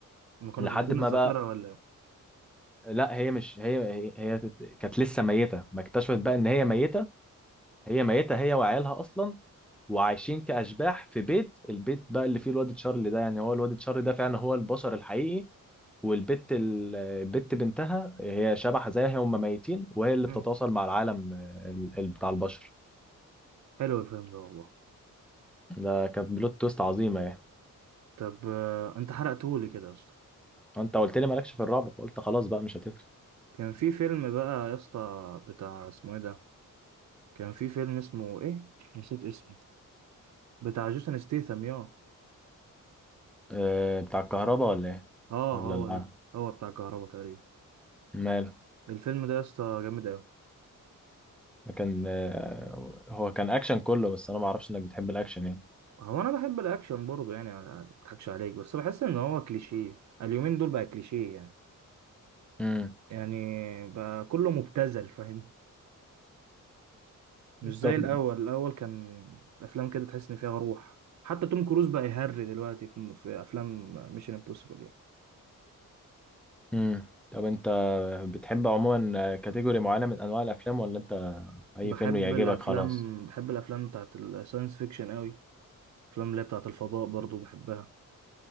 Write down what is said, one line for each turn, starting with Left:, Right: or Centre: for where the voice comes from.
Right: ما كانوا
Centre: لحد
Right: فاقدين
Centre: ما
Right: الذاكره
Centre: بقى
Right: ولا ايه
Centre: لا هي مش هي هي, هي كانت لسه ميته ما اكتشفت بقى ان هي ميته هي ميتة هي وعيالها أصلا وعايشين كأشباح في بيت البيت بقى اللي فيه الواد تشارلي ده يعني هو الواد تشارلي ده فعلا هو البشر الحقيقي والبت ال- البت بنتها هي شبح زيها هم ميتين وهي اللي بتتواصل
Right: مم.
Centre: مع العالم ال- ال- بتاع البشر
Right: حلو الفيلم ده والله
Centre: ده كانت بلوت تويست عظيمة يعني
Right: طب آه، انت حرقتهولي كده يا اسطى
Centre: انت قلت لي مالكش في الرعب فقلت خلاص بقى مش هتفرق
Right: كان في فيلم بقى يا اسطى بتاع اسمه ايه ده كان في فيلم اسمه ايه نسيت اسمه بتاع جيسون ستيثم ياه
Centre: أه بتاع الكهرباء ولا ايه
Right: اه
Centre: ولا
Right: هو
Centre: العالم
Right: ده هو بتاع كهربا تقريبا
Centre: ماله
Right: الفيلم ده يا اسطى جامد قوي
Centre: ده كان آه، هو كان اكشن كله بس انا ما اعرفش انك بتحب الاكشن يعني
Right: هو انا بحب الاكشن برضه يعني ما اضحكش عليك بس بحس ان هو كليشيه اليومين دول بقى كليشيه يعني.
Centre: امم
Right: يعني بقى كله مبتذل فاهم مش زي
Centre: طب
Right: الأول الأول كان الأفلام كده تحس إن فيها روح حتى توم كروز بقى يهري دلوقتي في في أفلام ميشن امبوسيبل يعني
Centre: امم طب انت بتحب عموما كاتيجوري معينة من انواع الافلام ولا انت اي
Right: بحب
Centre: فيلم يعجبك
Right: ايوه الأفلام
Centre: خلاص
Right: بحب الأفلام بتاعت الساينس فيكشن قوي الأفلام اللي هي بتاعت الفضاء برضو بحبها